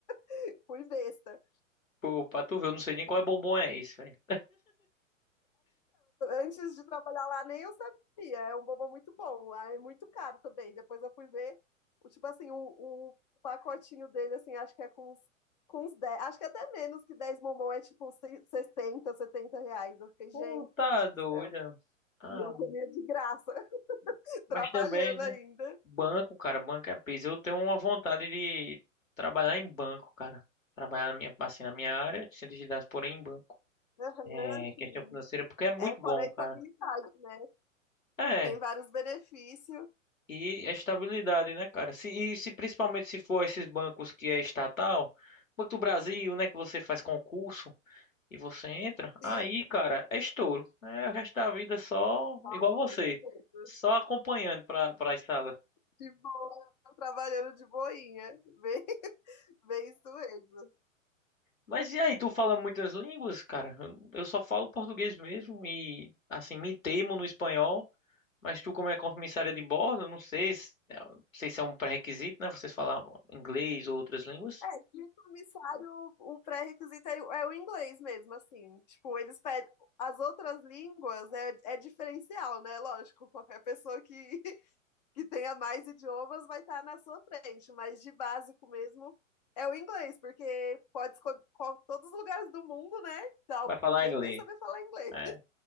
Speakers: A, on the left; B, on the left.
A: <laughs> fui besta.
B: Pô, pra tu ver, eu não sei nem qual é bombom é isso, velho.
A: Antes de trabalhar lá, nem eu sabia, é um bombom muito bom, lá é muito caro também. Depois eu fui ver, o, tipo assim, o, o pacotinho dele, assim, acho que é com uns, com uns dez acho que até menos que 10 bombom, é tipo 60, 70 reais. Eu fiquei,
B: Puta
A: gente do
B: doida.
A: céu.
B: Ah,
A: E eu comia de graça, <laughs> trabalhando
B: mas também, né?
A: ainda.
B: Banco, cara, banco é peso. Eu tenho uma vontade de trabalhar em banco, cara. Trabalhar na minha, assim, na minha área, de cientista de dados, porém em banco.
A: Aham,
B: É,
A: sim.
B: questão financeira, porque é muito
A: É, fora
B: bom,
A: a estabilidade,
B: cara.
A: né?
B: É,
A: Tem vários benefícios.
B: e a estabilidade, né, cara? Se, e se principalmente se for esses bancos que é estatal, Banco do Brasil, né, que você faz concurso. E você entra, aí,
A: Sim.
B: cara, é estouro. É o resto da vida é só
A: Nossa,
B: igual você,
A: eu já vi.
B: só acompanhando para as salas.
A: de boa, trabalhando de boinha. Bem, <laughs> bem isso mesmo.
B: Mas e aí, tu fala muitas línguas, cara? Eu eu só falo português mesmo e, assim, me temo no espanhol. Mas tu, como é comissária de bordo, não sei se, eu não sei se é um pré-requisito, né? Vocês falar inglês ou outras línguas.
A: É, de comissário, o pré-requisito é, é o inglês mesmo, assim. Tipo, eles pedem. As outras línguas é, é diferencial, né? Lógico, qualquer pessoa que <laughs> que tenha mais idiomas vai estar na sua frente, mas de básico mesmo é o inglês, porque pode escolher qual- todos os lugares do mundo, né?
B: Vai falar
A: Alguém
B: inglês.
A: vai saber falar inglês.
B: É,